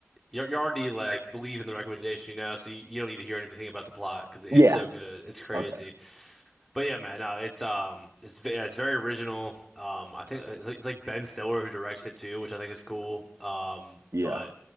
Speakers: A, in the centre; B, on the right (about 90°).
A: you're, you're already like believe in the recommendation, you know, so you, you don't need to hear anything about the plot because it's
B: Yeah.
A: so good. It's crazy.
B: Okay.
A: But yeah, man, uh, it's um, it's ve- yeah, it's very original. Um, I think it's like it's like Ben Stiller who directs it too, which I think is cool. Um,
B: Yeah.
A: but